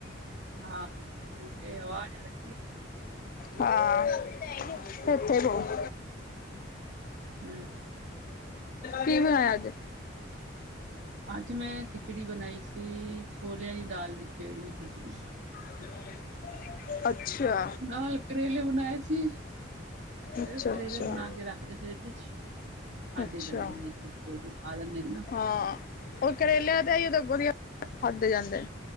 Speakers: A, on the right (about 65°); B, on the left (about 45°).
A: ਹਾਂ, ਠੀਕ ਐ, ਅਵਾਜ਼ ਆ ਰਹੀ ਐ।
B: ਹਾਂ ਇਥੇ <inaudible> ਹੋਰ,
A: ਹੈ
B: ਕੀ ਬਣਾਇਆ ਅੱਜ?
A: ਅੱਜ ਮੈਂ ਖਿਚੜੀ ਬਣਾਈ ਸੀ, ਛੋਲਿਆਂ ਦੀ ਦਾਲ ਦੀ ਖੇਡਵੀ ਖਿਚੜੀ।
B: <unintelligible> ਅੱਛਾ।
A: ਨਾਲ ਕਰੇਲੇ ਬਣਾਏ ਸੀ, ਫੇਰ
B: ਅੱਛਾ,
A: ਕਰੇਲੇ
B: ਅੱਛਾ,
A: ਬਣਾ ਕੇ ਰੱਖ ਤੇ ਫਰਿੱਜ ਚ। ਖਾਧੇ
B: ਅੱਛਾ।
A: ਜਾਂਦੇ ਨੇ, ਇੱਕ-ਇੱਕ, ਦੋ-ਦੋ ਖਾ ਲੈਂਦੇ ਨੇ ਨਾ।
B: ਹਾਂ। ਓ ਕਰੇਲਿਆਂ ਦੇ <inaudible> ਵਧੀਆ ਖਾਧੇ ਜਾਂਦੇ।